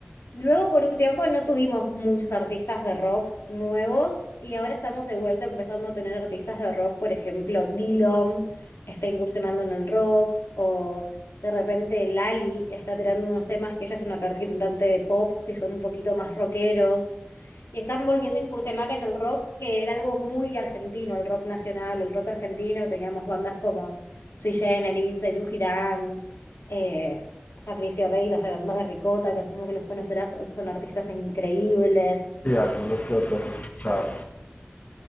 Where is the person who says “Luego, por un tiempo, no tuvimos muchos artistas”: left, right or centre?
Left